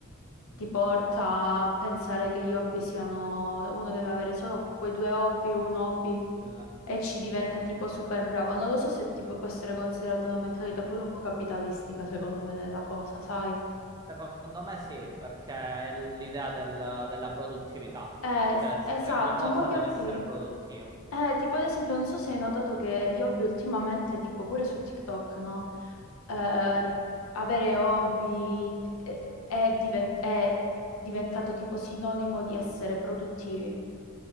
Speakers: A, on the right; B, on the left.
A: Mm,
B: ti porta a pensare che gli hobby siano, uno deve avere solo quei due hobby, un hobby
A: quella-
B: e ci diventa
A: sì.
B: tipo super bravo. Non lo so se tipo può essere considerata una mentalità pure un po' capitalistica, secondo me, della cosa, sai?
A: Secondo me sì, perché è l'idea del- della produttività.
B: Eh,
A: Cioè,
B: s-
A: se
B: esatto,
A: fai una cosa
B: ma gli
A: deve
B: hobby.
A: essere produttivo.
B: Eh, tipo ad esempio, non so se hai notato che gli hobby ultimamente, tipo pure su TikTok, no? Eh, avere hobby d- è, è diven- è diventato tipo sinonimo di essere produttivi.